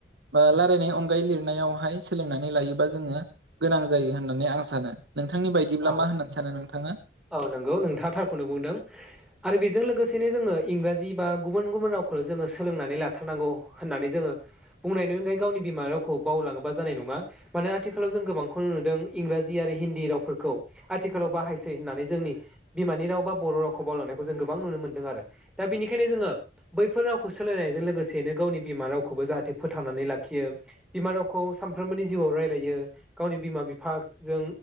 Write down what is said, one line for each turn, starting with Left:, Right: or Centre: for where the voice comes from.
Right: रायलायनाय अनगायै लिरनायावहाय सोलोंनानै लायोबा जोङो गोनां जायो होननानै आं सानो नोंथांनि बायदिब्ला
Centre: औ
Right: मा होननानै सानो नोंथाङा
Centre: औ नंगौ नोंथाङा थारखौनो बुंदों आरो बेजों लोगोसे सेैनो जोङो इंराजि बा गुबुन गुबुन रावखौनो जोङो सोलोंनानै लाथारनांगौ होननानै जोङो बुंनायनि अनगायै गावनि बिमा रावखौ बावलाङोबा जानाय नङा माने आथिखालाव जों गोबांखौ नुदों इंराजि आरो हिन्दी रावफोर खौ आथिखालाव बाहायसै होननानै जोंनि बिमानि राव बा बर' रावखौ बावलायनायखौ जों गोबां नुनो मोनदों आरो दा बिनिखायनो जोङो बैफोर रावखौ सोलायनायजों लोगोसेनो गावनि बिमा रावखौबो जाहाथे फोथांनानै लाखियो बिमा रावखौ सानफ्रोमबोनि जिउआव रायलायो गावनि बिमा बिफा जों